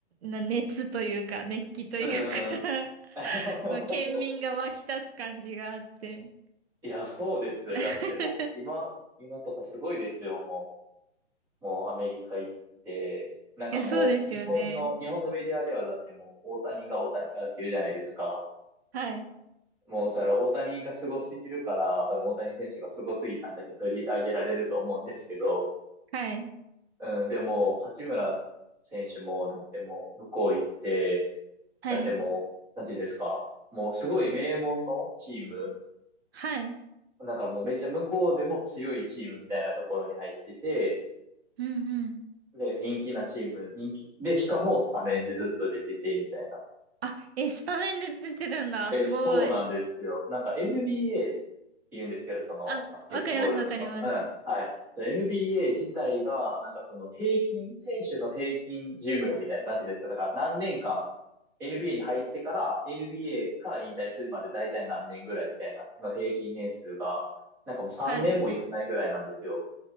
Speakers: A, on the right; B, in the centre.
A: な熱というか、熱気というか
B: うんうん。
A: <laughs>
B: <laughs>
A: まあ、県民が沸き立つ感じがあって。
B: いや、そうですよ。
A: <laughs>
B: だってもう、今、今とかすごいですよ、もう。もうアメリカ行って。なんかもう、
A: いや、そうですよね。
B: 日本の、日本のメディアではだってもう、大谷が大谷がって言うじゃないですか。
A: はい、
B: もう、それは大谷がすごすぎるから、多分大谷選手がすごすぎたんだけど取り上げられると思うんですけど、
A: はい、
B: うん、でも、八村選手も、だってもう、向こう行って、
A: はい、
B: だってもう、なんていうんですか、もうすごい名門のチーム、
A: はい。
B: なんかもうめっちゃ向こうでも強いチームみたいなところに入ってて、
A: うんうん。
B: で、人気なチーム、人気、で、しかもスタメンでずっと出てて、みたいな。
A: あ、え、スタメンで出てるんだ。
B: で、
A: すごい。
B: そうなんですよ。なんか NBA 言うんですけど、そのバスケットボールのその、
A: あ、わかります、わかります。
B: うん、はい。その NBA 自体が、なんかその平均、選手の平均寿命みたいな、なんていうんですか、だから何年間、NBA に入ってから、NBA から引退するまで大体何年ぐらいみたいな、の平均年数が、なんかもう3年もいかないぐらいなんですよ。
A: はい。